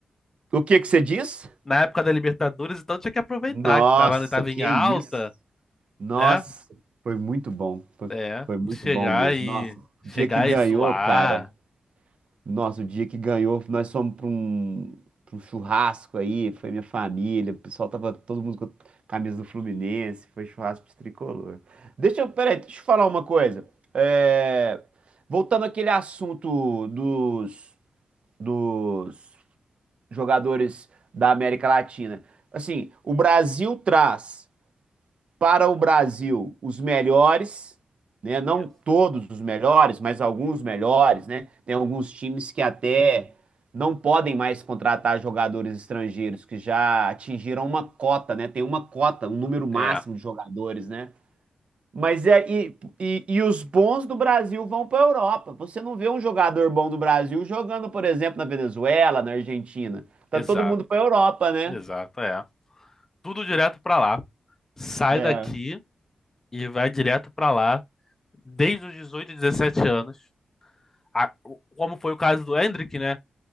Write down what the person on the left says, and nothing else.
Na época da Libertadores, então tinha que aproveitar,
que tava, tava
em alta,
né?
É,
chegar
e
chegar
e zoar.
Isso.
É,
exato,
exato, é. Tudo direto pra lá. Sai
daqui e vai direto pra lá desde os 18, 17 anos. A- o- como foi o caso do Endrick, né?